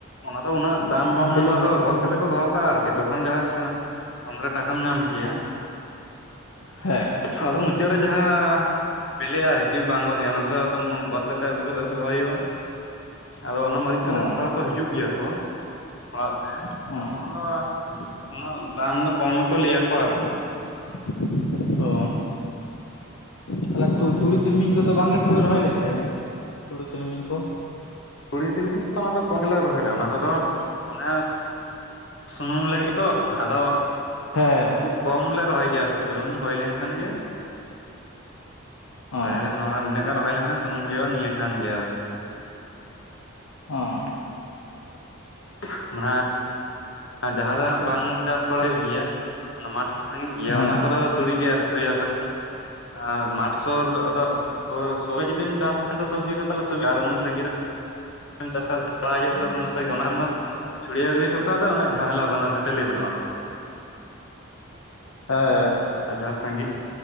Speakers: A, on the left; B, on the left.
A: ᱚᱱᱟ ᱫᱚ ᱩᱱᱟᱹᱜ ᱫᱟᱢ ᱵᱟᱢ ᱧᱟᱢᱼᱟ,
B: ᱵᱮᱞᱮ
A: ᱟᱫᱚ
B: ᱢᱟᱹᱨᱤᱡ
A: ᱜᱚᱫ ᱠᱟᱛᱮ
B: ᱦᱩᱸ
A: ᱠᱚ ᱫᱚᱦᱚ ᱠᱟᱜᱼᱟ, ᱟᱨᱠᱤ ᱛᱚᱠᱷᱚᱱ ᱡᱟᱦᱟᱸ ᱥᱟ ᱥᱚᱝ ᱨᱮ ᱴᱟᱠᱟᱢ ᱧᱟᱢ ᱠᱮᱭᱟ
B: ᱦᱮ,
A: ᱥᱟᱫᱚ ᱢᱩᱪᱟᱹᱫ ᱨᱮ ᱡᱟᱦᱟ ᱵᱤᱞᱮᱜᱼᱟ ᱟᱨᱠᱤ ᱵᱟᱝ ᱠᱚ ᱫᱷᱮᱭᱟᱱᱚ ᱚᱱᱟ ᱠᱳᱫᱳ ᱮᱠᱫᱚᱢ ᱵᱚᱱ ᱜᱚᱫ ᱠᱟᱛᱮ ᱟᱹᱜᱩ ᱠᱳᱫᱳ ᱫᱚᱦᱚ ᱦᱩᱭᱩᱜᱼᱟ᱾ ᱟᱫᱚ ᱚᱱᱟ ᱢᱟᱹᱨᱤᱪ ᱤᱸᱠᱟᱹ
B: ᱚ
A: ᱫᱚ ᱦᱟᱛᱟᱣ ᱠᱚ ᱦᱤᱡᱩᱜ ᱜᱮᱭᱟ ᱠᱚ ᱚᱲᱟᱜ ᱛᱮ,
B: ᱚ
A: ᱟᱨ ᱛᱚᱠᱷᱚᱱ ᱫᱚ ᱩᱱᱟᱹᱜ ᱫᱟᱢ ᱫᱚ ᱠᱚᱢ ᱜᱮᱠᱚ ᱞᱟᱹᱭ ᱭᱟᱠᱚᱣᱟ ᱟᱨᱠᱤ᱾
B: <unintelligible> ᱚ ᱛᱟᱦᱮᱞᱮ
A: ᱟᱫᱚ
B: ᱛᱩ ᱛᱩᱲᱤ ᱛᱤᱞᱢᱤᱧ ᱠᱚᱫᱚ ᱵᱟᱝ ᱜᱮᱯᱮ ᱨᱚᱦᱚᱭ ᱞᱮᱫ ᱛᱟᱦᱮᱸ ᱠᱟᱱᱟ, ᱛᱩᱲᱤ ᱛᱤᱞᱢᱤᱧ ᱠᱚ?
A: ᱛᱩᱲᱤ ᱛᱤᱞᱢᱤᱧ ᱠᱚ ᱚᱱᱟ ᱫᱚ ᱠᱚᱢ ᱜᱮᱞᱮ ᱨᱚᱦᱚᱭ ᱞᱮᱜᱼᱟ, ᱚᱱᱟ ᱠᱚᱫᱚ ᱢᱟᱱᱮ ᱥᱩᱱᱩᱢ ᱞᱟᱹᱜᱤᱫ ᱛᱚ, ᱟᱫᱚ
B: ᱦᱮᱻ,
A: ᱠᱷᱩᱵ ᱠᱚᱢ ᱞᱮ ᱨᱚᱦᱚᱭ ᱜᱮᱭᱟ ᱟᱨᱠᱤ, ᱥᱩᱱᱩᱢ ᱦᱳᱭ ᱞᱮᱱᱠᱷᱟᱱ ᱜᱮ,
B: ᱚ
A: ᱵᱷᱟᱭ ᱨᱮᱱ ᱱᱚᱣᱟ ᱱᱤᱱᱟᱹᱜ ᱜᱟᱱ ᱦᱳᱭ ᱞᱮᱱᱠᱷᱟᱱ ᱥᱩᱱᱩᱢ ᱦᱩᱭᱩᱜᱼᱟ ᱱᱤᱭᱟᱹ ᱠᱷᱟᱱ ᱜᱮ ᱟᱫᱚ᱾
B: ᱚᱸᱻᱦ,
A: <unintelligible> ᱢᱟ ᱱᱷᱟᱸᱜ ᱡᱟᱦᱟᱸ ᱫᱚ ᱱᱷᱟᱸᱜ ᱵᱟᱝ ᱪᱟᱥ ᱵᱟᱲᱟᱭ ᱜᱮᱭᱟ, ᱚᱱᱟ ᱢᱟᱴᱷ ᱠᱚ ᱥᱟᱺᱜᱤᱱ ᱜᱮᱭᱟ,
B: ᱦᱮᱸ
A: ᱚᱱᱟ ᱠᱚᱫᱚ ᱛᱩᱲᱤ ᱜᱮ ᱮᱨᱴᱷᱚ ᱦᱩᱭᱩᱜᱼᱟ, ᱠᱟᱨᱚᱬ ᱟᱸ ᱢᱟᱴ ᱥᱳᱨ ᱟᱫᱚ ᱥᱳᱵᱳᱭ, ᱥᱳᱵᱳ ᱡᱩᱫᱤᱢ ᱪᱟᱥ ᱠᱷᱟᱱ ᱫᱚ ᱥᱚᱵᱽᱡᱤ ᱠᱚ ᱛᱟᱦᱮᱞᱮ ᱥᱩᱵᱤᱫᱟ, ᱟᱨ ᱩᱱᱟᱹᱜ ᱥᱟᱹᱜᱤᱧ ᱨᱮᱢ ᱪᱟᱥᱼᱟ, ᱪᱟᱞᱟᱣ ᱦᱩᱭᱩᱜᱼᱟ ᱛᱚ ᱥᱚᱢᱚᱥᱥᱟ ᱜᱮ, ᱚᱱᱟ ᱨᱮᱸ ᱫᱚᱢ ᱪᱷᱩᱲᱭᱟᱹ ᱜᱤᱰᱤ ᱚᱴᱚ ᱠᱟᱜ ᱛᱚ ᱩᱱᱟᱹᱜ ᱡᱷᱟᱢᱮᱞᱟ ᱵᱟᱹᱱᱩᱜᱼᱟ, ᱠᱷᱟᱹᱴᱟᱹᱞᱤᱭᱟᱹ ᱵᱟᱹᱱᱩᱜᱼᱟ, ᱟᱹᱵᱤᱱ ᱫᱚ᱾
B: ᱦᱮ,
A: ᱟᱪᱪᱷᱟ ᱥᱟᱺᱜᱤᱧ